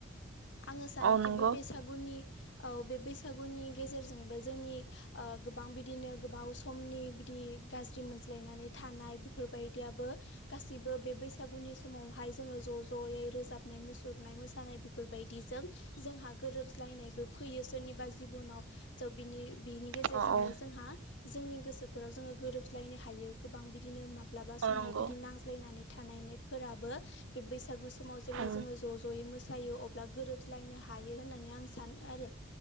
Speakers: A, on the left (about 65°); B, on the right (about 80°).
A: आङो सानोखि
B: औ नंगौ
A: बे बैसागुनि औ बैसागुनि गेजेरजोंबो जोंनि ओ गोबां बिदिनो गोबाव समनि बिदि गाज्रि मोनज्लायनानै थानाय बेफोरबायदियाबो गासिबो बे बैसागुनि समावहाय जोङो ज' ज'यै रोजाबनाय मुसुरनाय मोसानाय बेफोरबायदिजों जोंहा गोरोबलायनायबो फैयो सोरनिबा जिब'नाव स' बिनि बिनि गेजेरजोंनो
B: औ औ
A: जोंहा जोंनि गोसो फोराव जोङो गोरोबज्लायनो हायो गोबां बिदिनो माब्लाबा
B: औ
A: समाव
B: नंगौ
A: बिदि नांज्लायनानै थानायनायफोराबो बे बैसागु समाव जेब्ला
B: औ
A: जोङो ज' ज'यै मोसा फायो अब्ला गोरोब्लायनो हायो होननानै आं सानो आरो